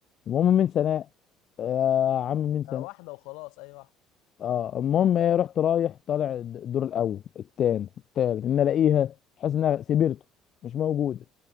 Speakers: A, on the left; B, on the left.
A: المهم من سناء آه يا عم من سناء
B: آه واحده وخلاص اي واحده
A: اه المهم ايه رحت رايح طالع الدور الاول التاني التالت ان الاقيها حاسس انها سبيرتو مش موجوده